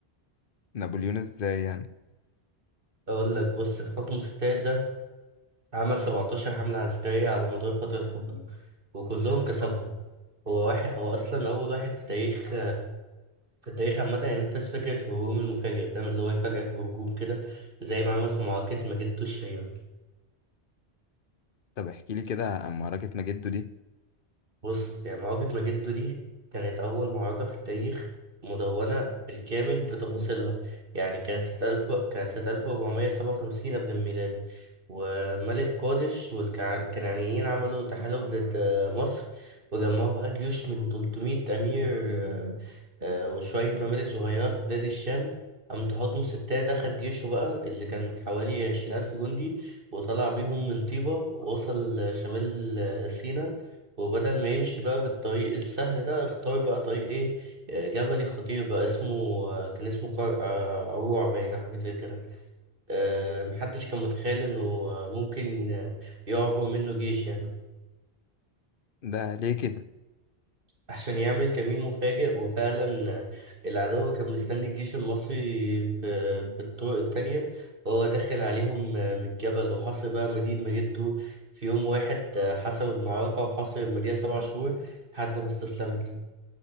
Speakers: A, on the left (about 55°); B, on the right (about 55°).
A: نابليون ازاي يعني؟
B: اقول لك بص تحكم ستات ده عمل 17 حمله عسكريه على مدار فتره حكمه وكلهم كسبهم هو واحد هو اصلا اول واحد في تاريخ في التاريخ عامة ينفذ فكرة هجوم المفاجئ فاهم اللي هو يفاجئك بهجوم كده زي ما عمل في معركة مجد الشهيرة
A: طب احكي لي كده عن معركة ماجدو دي
B: بص يا معركة ماجدو دي كانت أول معركة في التاريخ مدونة بالكامل بتفاصيلها يعني كانت سنة ألف كانت سنة ألف وأربعمية سبعة وخمسين قبل الميلاد وملك قادش والكنعانيين عملوا تحالف ضد مصر وجمعوا بقى جيوش من 300 أمير آه، آه، وشوية ممالك صغيرة في بلاد الشام قام تحتمس التالت أخد جيشه بقى اللي كان حوالي عشرين ألف جندي وطلع بيهم من طيبة ووصل شمال سيناء وبدل ما يمشي بقى بالطريق السهل ده اختار بقى طريق ايه آه، جبلي خطير بقى اسمه آه، كان اسمه قرع آه، عروع باين أو حاجة زي كده آه، محدش كان متخيل انه آه، ممكن آه، يعبر منه جيش يعني
A: ده ليه كده؟
B: عشان يعمل كمين مفاجئ وفعلا آه، العدو كان مستني الجيش المصري في, في الطرق التانية وهو داخل عليهم آه، من الجبل وحاصر بقى مدينة مجده في يوم واحد آه، حسم المعركة وحاصر المدينة سبع شهور لحد ما استسلمت.